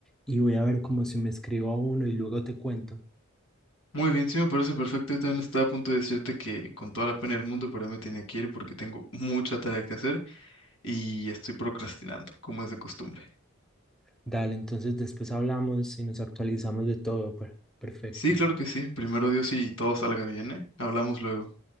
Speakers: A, in the centre; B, on the left (about 70°).
A: y voy a ver como si me escribo a uno y luego te cuento.
B: Muy bien, sí me parece perfecto. Yo también estaba a punto de decirte que con toda la pena del mundo, pero ya me tenía que ir porque tengo mucha tarea que hacer y estoy procrastinando, como es de costumbre.
A: Dale, entonces después hablamos y nos actualizamos de todo. per- Perfecto.
B: Sí, claro que sí. Primero Dios y todo salga bien, ¿eh? Hablamos luego.